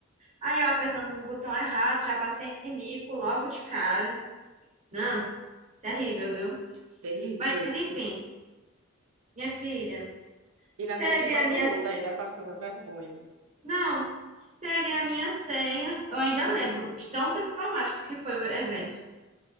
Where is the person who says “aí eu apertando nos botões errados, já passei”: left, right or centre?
Right